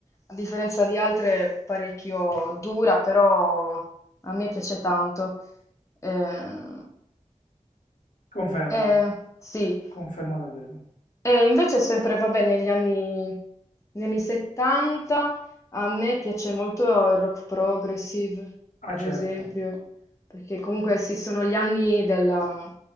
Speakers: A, on the left; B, on the left.
A: a differenza di altre è parecchio dura, però a me piace tanto. Eh,
B: Confermo,
A: eh, sì,
B: confermo davvero.
A: e invece è sempre, vabbè, negli anni, negli anni 70 a me piace molto il rock progressive,
B: Ah,
A: ad
B: certo.
A: esempio, perché comunque sì, sono gli anni della,